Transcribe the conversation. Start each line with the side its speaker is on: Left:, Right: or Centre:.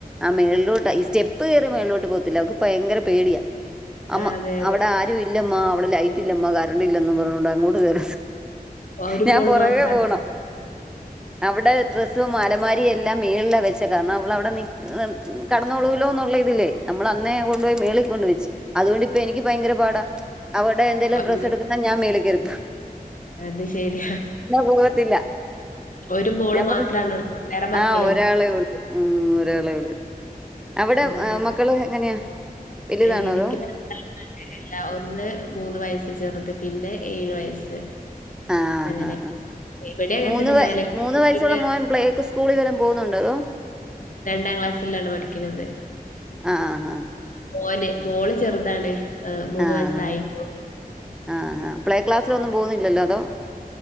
Centre: ആ മേളിലോട്ട് ഈ സ്റ്റെപ്പ് കയറി മേളിലോട്ട് പോകത്തില്ല. അവക്ക് ഭയങ്കര പേടിയാ. അമ്മ
Left: ആഹ് അതെ അതെ
Centre: അവിടെ ആരും ഇല്ലമ്മ. അവിടെ ലൈറ്റ് ഇല്ലമ്മ. കരണ്ട്ല്ല പറഞ്ഞോണ്ട് അങ്ങോട്ട് കേറി
Left: ഒരു
Centre: ഞാൻ
Left: മോള്
Centre: പൊറകെ
Left: മാത്രാണോ
Centre: പോണം. അവിടെ ഡ്രസും അലമാരി എ മേളില വെച്ച കാരണം അവളവിടെ നി കേടന്നൊളൂലൊന്നുള്ള ഇതിലെ നമ്മള് അന്നേ കൊണ്ടുപോയി മേളി കൊണ്ട് വെച്ചു അതുകൊണ്ടിപ്പ എനിക്ക് ഭയങ്കര പാടാ അവരുടെ എന്തെലും
Left: ഒണ്ട്
Centre: ഡ്രസ്സ് എടുക്കുണെ ഞാൻ മേളിക്കെറി
Left: അത് ശരി
Centre: പോകത്തില്ല
Left: ഒരു മോള്
Centre: ഞാൻ
Left: മാത്രണള്ളൂ
Centre: പറഞ്ഞു
Left: വേറെ മക്ക
Centre: ആ ഒരാളെ ഒള്ളു. ഉം ഒരാളെ ഒള്ളു. അവ്ടെ
Left: ആഹ്
Centre: മക്കള് എങ്ങനെയാ. വലുതാണോ
Left: എനിക്ക്
Centre: അതോ
Left: <unintelligible> ഒന്ന് മൂന്ന് വയസ് ചെറുത് പിന്നെ ഏഴ് വയസ്സ്.
Centre: ആഹ്
Left: അങ്ങനെ ഇവിടെ അങ്ങനെ
Centre: മൂന്ന്
Left: തന്നെ മേലേക്ക്
Centre: മൂന്ന്
Left: തൂക്കിയിട്ട്
Centre: വയസ്സുള്ള മോൻ പ്ലേക്ക് സ്കൂളി വല്ലോം പോ ന്ന്ണ്ടൊതൊ
Left: രണ്ടാം ക്ലാസ്സിലാണ് പഠിക്ക്ണത്.
Centre: ആഹ് ആ ആഹ്
Left: മോന് മോള് ചെറുതാണ് ഏഹ് മൂന്ന്
Centre: ആഹ്
Left: വയസ്സായിട്ടുള്ളൂ
Centre: ആാ ആഹ് ആ പ്ലേക്ലാസ്സിലൊന്നും പോകുന്നില്ലല്ലോ അതോ